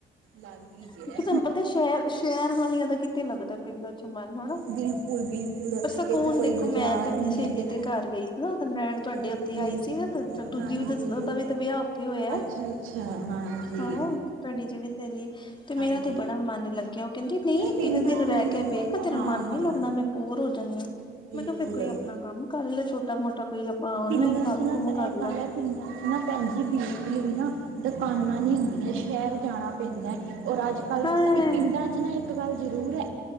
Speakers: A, on the right; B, on the left.
A: ਲੱਗ ਹੀ ਗਿਆ
B: ਕਿਉਂਕਿ ਤੁਹਾਨੂੰ ਪਤਾ ਸ਼ਹਿਰ ਸ਼ਹਿਰ ਵਾਲਿਆਂ ਦਾ ਕਿੱਥੇ ਲੱਗਦਾ। ਪਿੰਡ ਚ ਮਨ ਹੋਣਾ।
A: ਬਿਲਕੁਲ ਬਿਲਕੁਲ
B: ਪਰ ਸਕੂਨ
A: ਇੱਥੇ ਕੋਈ
B: ਦੇਖੋ
A: ਬਾਜ਼ਾਰ
B: ਮੈਂ ਤੇ ਆਪਣੀ
A: ਨਹੀਂ
B: ਸਹੇਲੀ
A: ਹੈ ਦੇਖੋ
B: ਦੇ ਘਰ ਗਈ ਸੀ ਨਾ ਰਹਿਣ ਤੁਹਾਡੇ
A: ਹਾਂਜੀ
B: ਉੱਥੇ ਆਈ ਸੀ ਨਾ ਤੇ ਦੂਜੀ
A: ਹਾਂਜੀ
B: ਵੀ ਉਹਦਾ ਵੀ ਤੇ ਵਿਆਹ ਉੱਥੇ ਹੋਇਆ।
A: ਅੱਛਾ ਅੱਛਾ ਹਾਂਜੀ
B: ਹਾਂ ਤੁਹਾਡੀ ਜਿਹੜੀ ਸਹੇਲੀ ਤੇ ਮੇਰਾ
A: ਹਾਂਜੀ
B: ਤੇ ਬੜਾ ਮਨ ਲੱਗਿਆ, ਉਹ ਕਹਿੰਦੀ ਨਹੀਂ
A: ਪਿੰਡਾਂ
B: ਤਿੰਨ ਦਿਨ
A: 'ਚ
B: ਰਹਿ
A: ਮ-
B: ਕੇ ਵੇਖ ਤੇਰਾ
A: ਹਾਂ
B: ਮਨ ਨਹੀਂ
A: ਹਾਂ
B: ਲੱਗਣਾ ਮੈਂ ਬੋਰ ਹੋ ਜਾਂਨੀ।
A: ਬਿਲਕੁਲ
B: ਮੈਂ ਕਿਹਾ ਫੇਰ ਕੋਈ ਆਪਣਾ ਕੰਮ ਕਰ ਲੈ ਛੋ ਛੋਟਾ ਮੋਟਾ ਕੋਈ ਆਪਾਂ ਔਨਲਾਈਨ
A: ਪਿੰਡਾਂ
B: ਕੰਮ
A: ਚ ਨਾ
B: ਕੁਮ
A: ਬਸ
B: ਕਰ
A: ਇਕ ਗੱਲ
B: ਲੈ।
A: ਹੈ, ਪਿੰਡਾਂ ਚ ਨਾ ਭੈਣ ਜੀ ਬਿਲਕੁਲ ਵੀ ਨਾ ਦੁਕਾਨਾਂ ਨਹੀਂ ਹੁੰਦੀਆਂ ਸ਼ਹਿਰ ਜਾਣਾ ਪੈਂਦਾ ਹੇ। ਔਰ ਅੱਜ ਕੱਲ੍ਹ
B: ਹਾਂ
A: ਇਹ ਪਿੰਡਾਂ ਚ ਨਾ ਇੱਕ ਗੱਲ ਜ਼ਰੂਰ ਹੈ,